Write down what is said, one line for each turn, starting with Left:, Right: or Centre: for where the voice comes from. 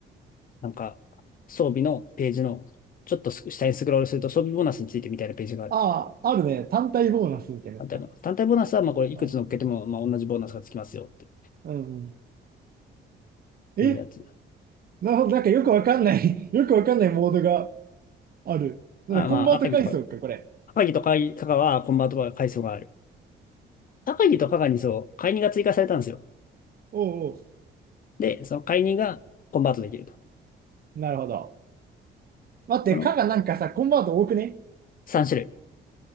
Left: なんか、装備のページの、ちょっと下にスクロールすると装備ボーナスについてみたいなページがある。
Right: ああ、あるね。単体ボーナスみたいなやつか。
Left: 単体ボーナス。単体ボーナスは、まあ、これ、いくつ乗っけても、
Right: あ、なんか
Left: まあ、同じボーナスがつきますよ、って
Right: うんうん。え、
Left: いうやつ。
Right: なるほど、なんかよくわかんない <laughs> よくわかんないモードがある。なんでコンバート階層か、
Left: あ、まあ、赤城とか、
Right: これ。
Left: 赤城とか加賀は、コンバートが階層がある。赤城と加賀にそう、買い任が追加されたんですよ。
Right: おうお
Left: で、その買い任がコンバートできると。
Right: う、なるほど。待って、
Left: この
Right: かがなんかさ、コンバート多くね
Left: 3種類。